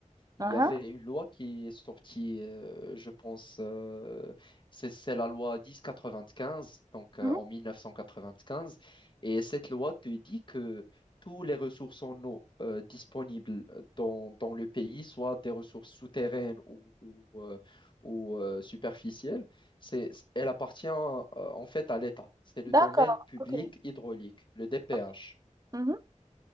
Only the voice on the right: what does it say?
Uhum.
Mhm.
D'accord,
ok.
Ok. Mhm.